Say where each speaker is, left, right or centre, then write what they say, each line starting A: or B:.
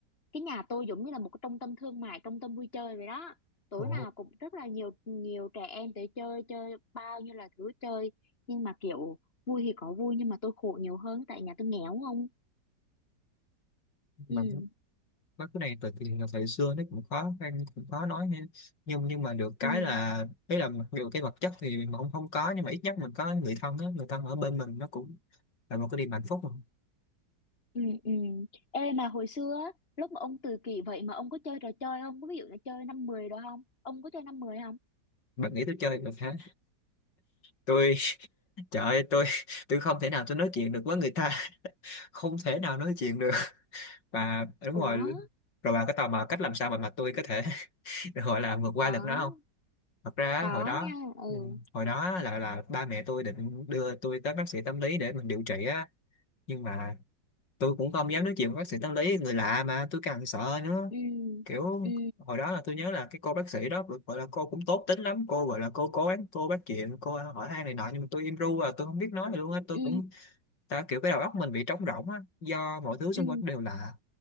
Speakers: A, on the left (about 35°); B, on the left (about 80°).
A: Cái nhà tôi giống như là một cái trung tâm thương mại Trung tâm vui chơi vậy đó Tối
B: ồ,
A: nào cũng rất là nhiều nhiều trẻ em tới chơi Chơi bao nhiêu là thứ chơi Nhưng mà kiểu vui thì có vui Nhưng mà tôi khổ nhiều hơn tại nhà tôi nghèo không Ừ,
B: mà mấy cái này từ thì thời xưa nó cũng khó khăn cũng khó nói ha nhưng nhưng mà được cái
A: ừ,
B: là đấy là mặc dù cái vật chất thì mà không không có nhưng mà ít nhất mình có người thân á người thân ở bên mình nó cũng là một cái niềm hạnh phúc mà.
A: ừ, ừ Ê mà hồi xưa á, lúc mà ông tự kỷ vậy mà ông có chơi trò chơi không? Có ví dụ là chơi năm mười đó không? Ông có chơi năm mười không?
B: bạn nghĩ tôi chơi được hả tôi trời ơi tôi tôi không thể nào tôi nói chuyện được với người ta không thể nào nói chuyện được và đúng rồi
A: Ủa,
B: rồi bà có tò mò cách làm sao mà mà tôi có thể <laughs> gọi là vượt qua
A: có,
B: được nó không thật ra á,
A: có
B: hồi đó
A: nha, ừ,
B: ừ, hồi đó là là ba mẹ tôi định đưa tôi tới bác sĩ tâm lý để mình điều trị á nhưng mà tôi cũng không dám nói chuyện với bác sĩ tâm lý người lạ mà tôi càng sợ nữa
A: ừ,
B: kiểu
A: ừ,
B: hồi đó là tôi nhớ là cái cô bác sĩ đó được gọi là cô cũng tốt tính lắm cô gọi là cô cố gắng cô bắt chuyện cô hỏi han này nọ nhưng mà tôi im ru à tôi không biết nói gì luôn á tôi
A: ừ,
B: cũng ta kiểu cái đầu óc mình bị trống rỗng á do mọi thứ xung
A: ừ,
B: quanh đều lạ